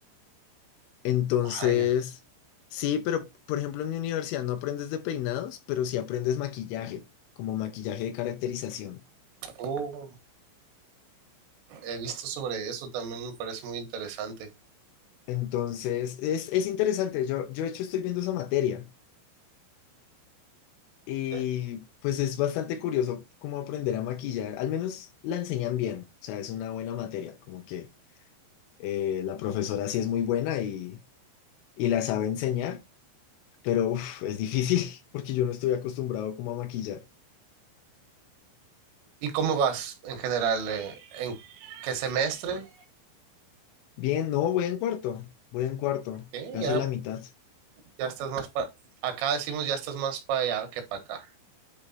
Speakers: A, on the left (about 80°); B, on the right (about 80°).
A: Entonces,
B: vaya.
A: sí, pero por ejemplo en mi universidad no aprendes de peinados, pero sí aprendes maquillaje, como maquillaje de caracterización.
B: Oh, he visto sobre eso, también me parece muy interesante.
A: Entonces, es, es interesante. Yo, yo de hecho estoy viendo esa materia y
B: Eh,
A: pues es bastante curioso cómo aprender a maquillar. Al menos la enseñan bien, o sea, es una buena materia, como que eh, la profesora sí es muy buena y, y la sabe enseñar. Pero uf, es difícil <laughs> porque yo no estoy acostumbrado como a maquillar.
B: ¿Y cómo vas en general? eh, ¿en qué semestre?
A: Bien, no, voy en cuarto, voy en cuarto,
B: ¿Qué?
A: casi
B: Ya,
A: la mitad.
B: ya estás más para... Acá decimos ya estás más para allá que para acá.